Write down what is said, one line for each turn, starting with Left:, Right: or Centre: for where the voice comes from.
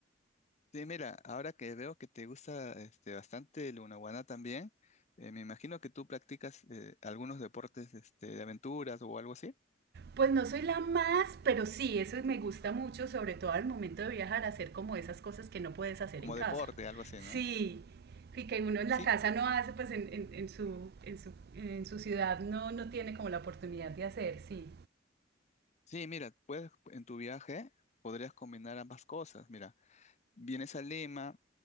Left: Sí, mira, ahora que veo que te gusta este, bastante el Lunahuaná también, eh, me imagino que tú practicas eh, algunos deportes este, de aventuras o algo así,
Right: Pues no soy la más, pero sí, eso me gusta mucho, sobre todo al momento de viajar, hacer como esas cosas que no puedes hacer
Left: como
Right: en casa.
Left: deporte, algo así,
Right: Sí,
Left: ¿no?
Right: y que uno en
Left: Sí,
Right: la casa no hace, pues en, en- en su, en, su, en su ciudad no, no tiene como la oportunidad de hacer, sí.
Left: sí, mira, puedes en tu viaje podrías combinar ambas cosas, mira. Vienes a Lima,